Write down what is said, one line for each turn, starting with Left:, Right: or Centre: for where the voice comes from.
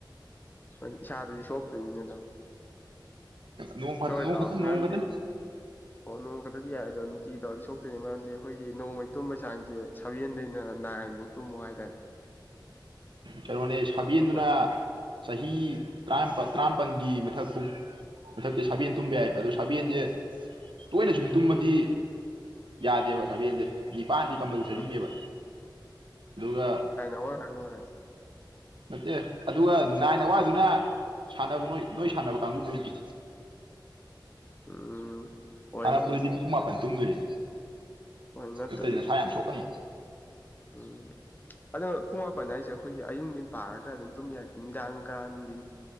Left: ꯍ ꯏꯁꯥꯗꯗꯤ ꯁꯣꯛꯇꯣꯏꯅꯤꯅꯗ
Right: ꯅꯣꯡ
Left: ꯁꯣꯏꯗ꯭ꯔꯥ
Right: ꯅꯣꯡ ꯈꯛꯇ
Left: ꯃꯌꯥꯝꯗꯤ
Right: ꯅꯣꯡ ꯈꯛꯇ
Left: ꯑꯣ ꯅꯣꯡ ꯈꯛꯇꯗꯤ ꯌꯥꯏ ꯑꯗꯣ ꯅꯨꯡꯇꯤ ꯇꯥꯎꯗꯤ ꯁꯣꯛꯇꯣꯏꯅꯦ ꯃꯔꯝꯗꯤ ꯑꯩꯈꯣꯏꯒꯤ ꯅꯣꯡꯃꯩ ꯇꯨꯝꯕꯩ ꯆꯥꯡꯁꯦ ꯁꯚꯦꯟꯗꯩꯅ ꯅꯥꯏꯟꯐꯧ ꯇꯨꯝꯃꯣ ꯍꯥꯏꯇꯥꯔꯦ
Right: ꯀ ꯃꯅꯤ ꯁꯕꯤꯗꯅ
Left: ꯑꯩꯈꯣꯏ
Right: ꯆꯍꯤ ꯇꯔꯥꯃꯥꯄꯜꯒꯤ ꯃꯊꯛ ꯄꯨ ꯃꯊꯛꯇꯤ ꯁꯥꯕꯦꯟ ꯇꯨꯝꯕ ꯌꯥꯏꯕ ꯑꯗꯣ ꯁꯥꯕꯦꯜꯁꯦ ꯇꯣꯏꯅ ꯁꯨꯝ ꯇꯨꯝꯃꯗꯤ ꯌꯥꯗꯦꯕ ꯁꯚꯦꯟꯁꯦ ꯅꯤꯄꯜꯗꯤ ꯀꯝꯄꯜꯁꯔꯤꯅꯦꯕ
Left: ꯎꯝ
Right: ꯑꯗꯨꯒ
Left: ꯍꯣꯏ ꯍ ꯍꯣꯏ
Right: ꯅꯠꯇꯦ ꯑꯗꯨꯒ ꯅꯥꯏꯟ ꯑꯋꯥꯔꯗꯨꯅ ꯁꯥꯟꯅꯕ ꯅꯣꯏ ꯅꯣꯏ ꯁꯥꯟꯅꯕ ꯀꯥꯡꯕꯨ ꯅꯣꯏꯒꯤ
Left: ꯎꯝ ꯍꯣꯏꯅꯦ
Right: ꯍꯔꯕ ꯔꯖꯤ ꯀꯨꯃꯥꯄꯟ ꯇꯨꯒꯔꯤ
Left: ꯍꯣꯏ ꯅꯠꯇ꯭ꯔꯗꯤ
Right: ꯑꯇꯩ ꯅꯁꯥ ꯌꯥꯝ ꯊꯣꯛꯀꯅꯤ
Left: ꯎꯝ ꯑꯗꯣ ꯄꯨꯡ ꯃꯥꯄꯟ ꯍꯥꯏꯁꯦ ꯑꯩꯈꯣꯏꯒꯤ ꯑꯌꯨꯛꯒꯤꯟ ꯄꯥꯑꯒ ꯑꯗꯨꯝ ꯇꯨꯝ ꯌꯥꯏ ꯅꯨꯃꯤꯗꯥꯡꯒ ꯅꯨꯅꯨꯡꯗꯤ